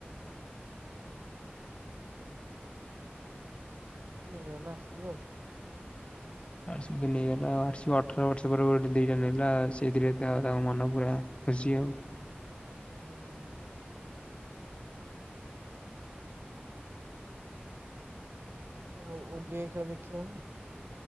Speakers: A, on the right; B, on the left.
A: ନେଇଗଲା ଆର୍ ସି ବି ଆଉ।
B: ଆର୍ ସି ବି ନେଇଗଲା ଆଉ ଆର୍ ସି ବି ଅଠର ବର୍ଷ ପରେ ଗୋଟେ ଦିଟା ନେଲା ସେଇଥିରେ ଏକା ତାଙ୍କ ମନ ପୁରା ଖୁସି ଆଉ।
A: ହଁ। ଆଉ ଓଡିଆଇ ଖେଳ ଦେଖିଲନି।